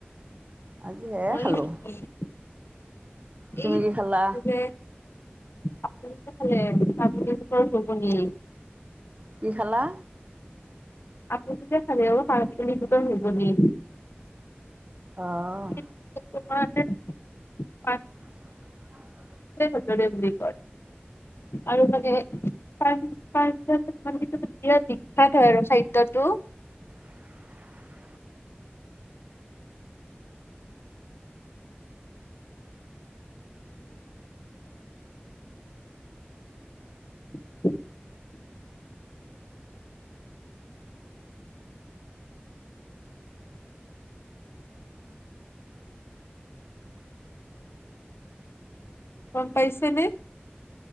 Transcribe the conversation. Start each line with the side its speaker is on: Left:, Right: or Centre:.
Right: আজি হে,
Left: হয়
Right: খালোঁ।
Left: নেকি?
Right: তুমি
Left: এই
Right: কি খালা
Left: উঠে আপুনি যে খালে, কাবুলী বুটৰ ঘুগুনী।
Right: কি খালা?
Left: আপুনি যে খালে অ, কাবুলী বুটৰ ঘুগুনী।
Right: অ',
Left: <unintelligible>
Right: <unintelligible>
Left: কোনে কৈছে, যে বুলি আৰু মানে তাৰ, তাৰপিছত মনুহটো বিখ্যাত হয় আৰু খাদ্যটো।
Right: <inaudible>
Left: <inaudible> গম পাইছে নে?